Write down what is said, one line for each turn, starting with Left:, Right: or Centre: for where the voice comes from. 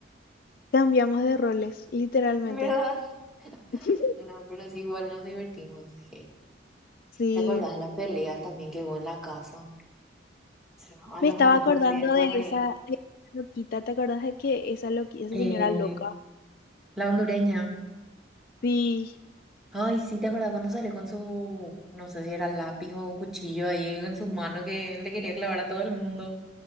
Left: Cambiamos de roles, literalmente.
Centre: ¿verdad? <laughs>
Left: <laughs>
Centre: No, pero sí, igual nos divertimos. je.
Left: Sí,
Centre: ¿Te acordás de las peleas también que hubo en la casa? O sea, a los
Left: me estaba
Centre: momentos
Left: acordando
Centre: piensas
Left: de
Centre: ahí.
Left: esa, de esa loquita, ¿te acordás de que esa loqui- esa
Centre: Eh,
Left: señora loca?
Centre: la hondureña.
Left: Sí.
Centre: Ay, sí, ¿te acuerdas cuando salió con su, no sé si era lápiz o cuchillo ahí en su mano que le quería clavar a todo el mundo?